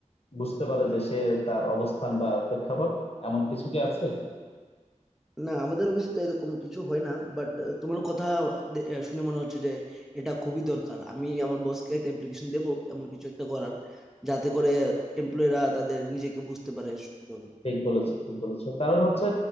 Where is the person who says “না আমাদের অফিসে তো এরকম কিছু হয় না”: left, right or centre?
Centre